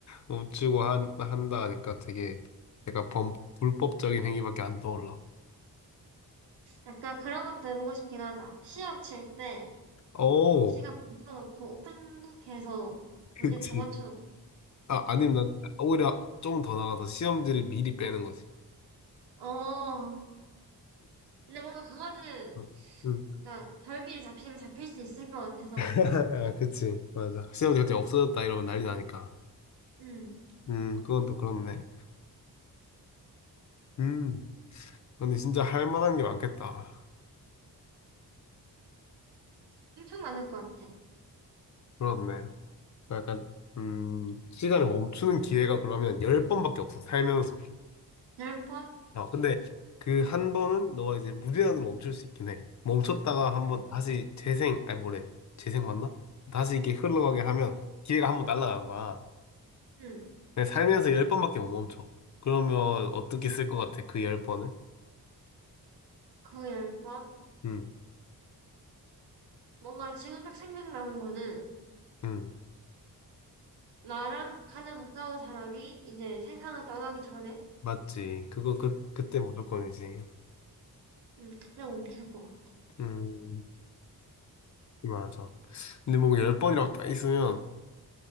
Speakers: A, on the left; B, on the right.
A: 멈추고 한, 한다 하니까 되게 약간 범, 불법적인 행위밖에 안 떠올라.
B: 약간 그런 것도 해보고 싶긴 하다. 시험 칠 때
A: 오,
B: 시간 맞춰놓고 오픈북 해서 문제
A: 그치.
B: 다 맞춰놓고.
A: 아, 아니면 난 오히려 좀 더 나가서 시험지를 미리 빼는 거지.
B: 어, 근데 뭔가 그거는
A: 응. 응.
B: 약간 별미를 잡히면 잡힐 수 있을 것 같아서.
A: <laughs> 아, 그치. 맞아. 시험지 갑자기 없어졌다 이러면 난리 나니까.
B: 음,
A: 음, 그건 또 그렇네. 음, 근데 진짜 할 만한 게 많겠다.
B: 엄청 많을 것 같아.
A: 그렇네. 그 약간 음 시간을 멈추는 기회가 그러면 열 번밖에 없어 살면서.
B: 열 번?
A: 어 근데 그 한 번은 너가 이제 무제한으로 멈출 수 있긴 해. 멈췄다가 한번
B: 응,
A: 다시 재생 아니 뭐래 재생 맞나? 다시 이게 흘러가게 하면 기회가 한번 날아가는 거야.
B: 응.
A: 근데 살면서 열 번밖에 못 멈춰. 그러면 어떻게 쓸 것 같아 그 열 번을?
B: 그 열 번?
A: 응,
B: 뭔가 지금 딱 생각나는 거는
A: 응
B: 나랑 가장 가까운 사람이 이제 세상을 떠나기 전에
A: 맞지. 그거 그 그때
B: 응,
A: 무조건이지.
B: 응, 그때 멈출 것 같아.
A: 음 맞아. 근데 뭔가 열 번이라고 딱 있으면